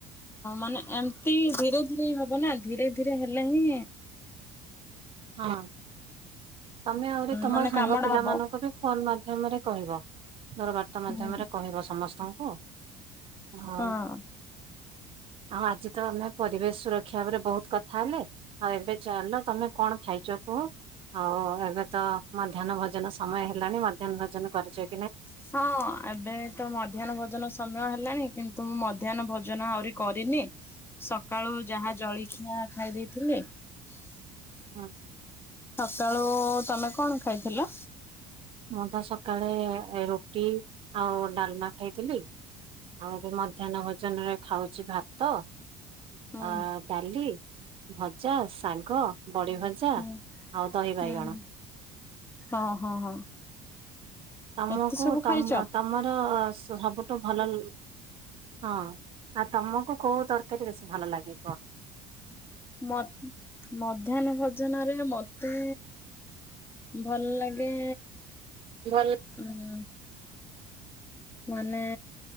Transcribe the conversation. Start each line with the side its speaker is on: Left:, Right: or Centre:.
Left: ମାନେ ଏମତି ଧୀରେ ଧିରେ ହବ ନା ଧୀରେ ଧୀରେ ହେଲେ ହିଁ
Right: ହଁ। ତମେ ଆହୁରି ତମରସାଙ୍ଗ
Left: ମାନେ କାମଟା
Right: ପିଲା
Left: ହବ
Right: ମାନଙ୍କୁ ବି ଫୋନ ମା ଧ୍ୟମ ରେ କହିବ ଧର ବାର୍ତ୍ତା ମାଧ୍ୟମରେ
Left: ହୁଁ
Right: କହିବ ସମସ୍ତଙ୍କୁ। ଆଉ
Left: ହଁ।
Right: ଆଉ ଆଜି ତ ଆମେ ପରିବେଶ ସୁରକ୍ଷା ଉପରେ ବହୁତ କଥା ହେଲେ। ଆଉ ଏବେ ଚାଲ ତମେ କଣ ଖାଇଛ କୁହ? ହଉ ହଉ ଏବେ ତ ମଧ୍ୟାହ୍ନ ଭୋଜନ ସମୟ ହେଲାଣି ମଧ୍ୟାହ୍ନ ଭୋଜନ କରିଚ
Left: ହଁ ଏବେ ତ ମଧ୍ୟାହ୍ନ ଭୋଜନ ସମୟ ହେଲାଣି କିନ୍ତୁ ମୁଁ ମ ମଧ୍ୟାହ୍ନ ଭୋଜନ ଆହୁରି କରିନି ସକାଳୁ ଯାହା ଜଳଖିଆ ଖାଇ ଦେଇଥିଲେ ହ <inaudible>
Right: ହଁ <inaudible>
Left: ସକାଳୁ ତମେ କଣ ଖାଇଥିଲ?
Right: ମୁଁ ତ ସକାଳେ ରୁଟି ଆଉ ଡାଲମା ଖାଇଥିଲି। ଆଉ ଏବେ ମଧ୍ୟାହ୍ନ ଭୋଜନ ରେ ଖାଉଛି ଭାତ
Left: ହୁଁ
Right: ଆ ଡାଲି, ଭଜା, ଶାଗ, ବଡ଼ି ଭଜା
Left: ହୁଁ
Right: ଆଉ ଦହିିବାଇଗଣ।
Left: ହୁଁ ହୁଁ ହଁ ହଁ ହଁ।
Right: ତମକୁ
Left: ଏତେ ସବୁ
Right: ତମ
Left: ଖାଇଛ?
Right: ତମର ସବୁଠୁ ଭ ଲୁ ହଁ। ଆଉ ତମୁକୁ କୋଉ ତରକାରୀ ବେଶୀ ଭଲ ଲାଗିବ?
Left: ମଧ ମଧ୍ୟାହ୍ନ ଭୋଜୋନରେ ମ ମତେ ଭଲ ଲାଗେ
Right: ଭଲ
Left: ଉଁ ମାନେ